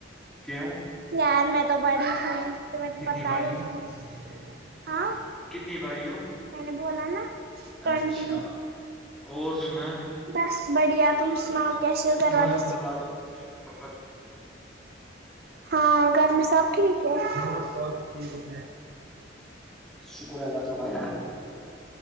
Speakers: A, in the centre; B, on the right.
A: کیوں
B: یار میں تو بڑی ہوں تمہیں تو
A: کتنی
B: پت
A: باری
B: ہی ہے ہاں
A: کتنی باری ہو
B: میں نے بولا نا ٹوئنٹی
A: اچھا اور سنا
B: بس بڑھیا تم سنو کیسے ہے گھروالے
A: بس اللہ تعالیٰ کا
B: ہاں گھر میں سب ٹھیک ہاں سب ٹھیک ہے
A: شکر اللہ تعالی